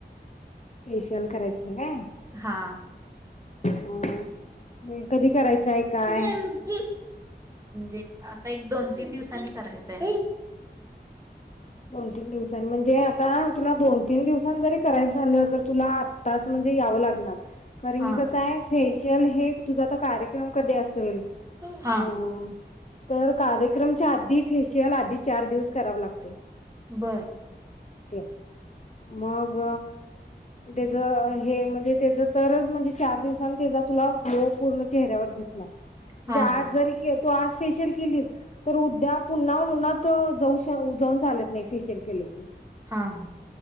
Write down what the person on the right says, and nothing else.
हा
<inaudible> म्हणजे आता एक दोन तीन दिवसांनी करायचंय.
हा
हा
बर
हा
हा
हा हा